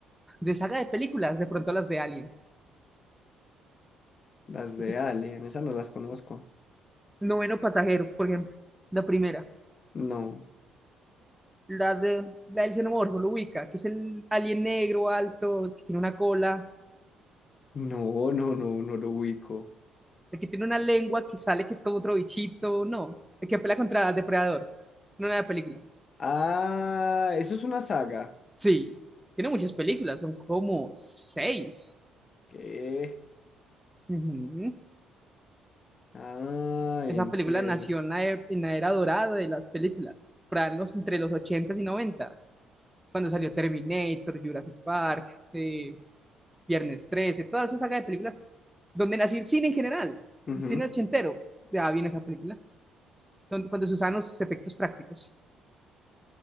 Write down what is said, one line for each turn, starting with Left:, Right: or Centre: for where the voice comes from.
Centre: De saga de películas, de pronto las de Alien.
Left: Las
Centre: Ese
Left: de Alien, esas no las conozco.
Centre: noveno pasajero, por ejemplo. La primera.
Left: No.
Centre: La de la del xenomorfo lo ubica, que es el alien negro alto, que tiene una cola,
Left: No, no, no, no lo ubico.
Centre: el que tiene una lengua que sale que es como otro bichito, no, el que pelea contra depredador, no una película.
Left: Ah, eso es una saga.
Centre: Sí, tiene muchas películas, son como seis.
Left: ¿Qué?
Centre: Ujú.
Left: Ah, entiendo.
Centre: Esa película nació en la, e- en la era dorada de las películas, por ahí en los, entre los ochentas y noventas, cuando salió Terminator, Jurassic Park, eh, Viernes 13, toda esa saga de películas, donde nació el cine en general,
Left: Ujú,
Centre: el cine ochentero, ya viene esa película, donde, cuando se usan los efectos prácticos,